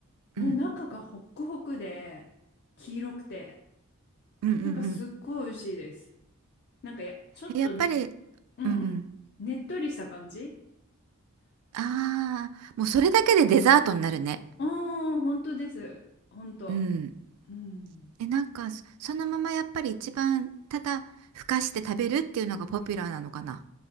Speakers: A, on the left; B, on the right.
A: もう中がホックホクで、
B: うん、
A: 黄色くて、
B: うん、うん、
A: なんかすっごい美味しいです。
B: うん。
A: なんかや、ちょっと、
B: えやっぱり、
A: うんうんねっとりした感じ
B: うん、うん。ああ、もうそれだけでデザートになるね。
A: ああ本当です。本当。
B: うん。
A: うん。
B: え、なんか、そそのままやっぱり一番、ただ、ふかして食べるっていうのがポピュラーなのかな。